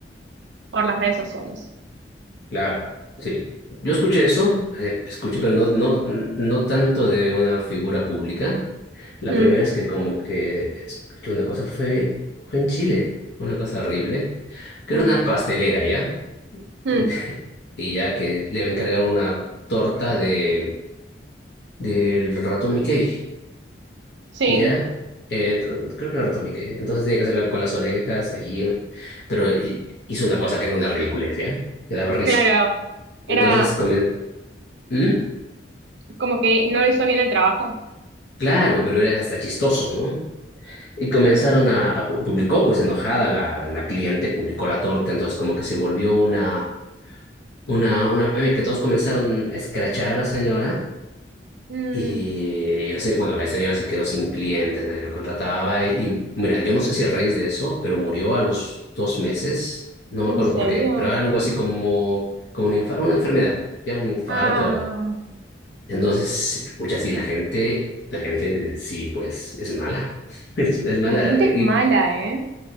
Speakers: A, on the right (about 80°); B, on the left (about 75°).
A: por las redes sociales.
B: Claro, sí. Yo escuché eso, eh, escuché, pero no, no, no tanto de una figura pública. La
A: Mm,
B: primera es que como que escuché una cosa fue, fue en Chile, una cosa horrible, que
A: mm,
B: era una pastelera, ¿ya?
A: mm.
B: <laughs> y ya que le va a encargar una torta de del ratón Mickey,
A: Sí.
B: ¿ya? Eh, creo que no era el ratón Mickey. Entonces tiene que hacerla con las orejas ahí, pero hi- hizo una cosa que era una ridiculez, ¿ya? Que daba risa.
A: Claro, era
B: Entonces, comen- ¿Mm?
A: como que no hizo bien el trabajo.
B: Claro, pero era hasta chistoso, ¿no? Y comenzaron a, a pu- publicó, pues enojada la, la, la cliente, publicó la torta, entonces como que se volvió una, una, una meme que todos comenzaron a escrachar a la señora
A: Mm,
B: Y la se- bueno, la señora se quedó sin clientes, nadie la contrataba. Y, y, mira, yo no sé si a raíz de eso, pero murió a los dos meses, no
A: ¿en
B: me acuerdo
A: serio?
B: por qué, pero algo así como, como un infar- una enfermedad, ya un infarto
A: Ah,
B: o algo. Entonces, escucha, sí, la gente, la gente sí, pues es mala, <laughs> es, es mala.
A: la gente es
B: Y
A: mala, ¿eh?